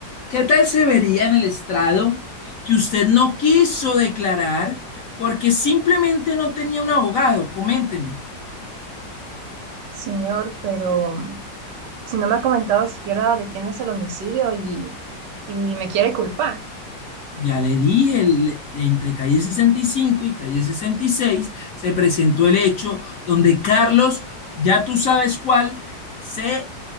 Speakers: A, on the left; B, on the right.
A: ¿Qué tal se vería en el estrado que usted no quiso declarar porque simplemente no tenía un abogado? Coménteme.
B: Señor, pero mm, si no me ha comentado siquiera de quién es el homicidio y, y me quiere culpar.
A: Ya le dije, el- entre calle sesenta y cinco y calle 66 se presentó el hecho donde Carlos, ya tú sabes cuál, se,